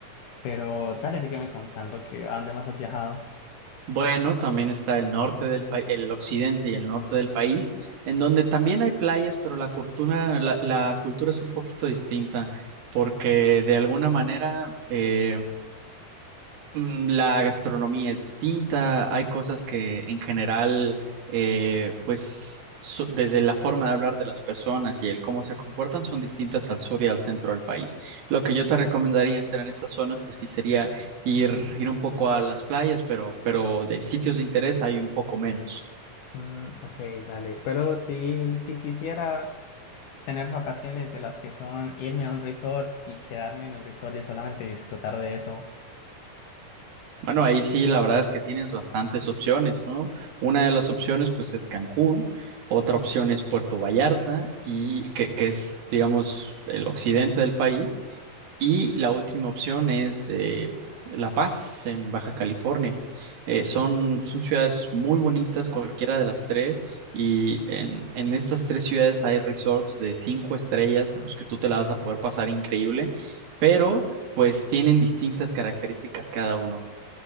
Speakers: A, on the left; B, on the right.
A: Pero dale, sígueme contando que a dónde más has viajado.
B: Bueno, también está el norte del país, el occidente y el norte del país, en donde también hay playas, pero la cultura, la, la cultura es un poquito distinta, porque de alguna manera eh, Mm, La gastronomía es distinta, hay cosas que en general, eh, pues so- desde la forma de hablar de las personas y el cómo se comportan son distintas al sur y al centro del país. Lo que yo te recomendaría hacer en estas zonas, pues sí sería ir, ir un poco a las playas, pero, pero de sitios de interés hay un poco menos.
A: Mm, ok, dale, pero sí, si quisiera... Tener vacaciones de las que son irme a un resort y quedarme en el resort y solamente disfrutar de eso.
B: Bueno, ahí sí, la verdad es que tienes bastantes opciones, ¿no? Una de las opciones, pues, es Cancún, otra opción es Puerto Vallarta, y que, que es, digamos, el occidente del país, y la última opción es eh, La Paz, en Baja California. Eh, son, son ciudades muy bonitas, cualquiera de las tres, y en, en estas tres ciudades hay resorts de cinco estrellas en los que tú te la vas a poder pasar increíble, pero pues tienen distintas características cada uno.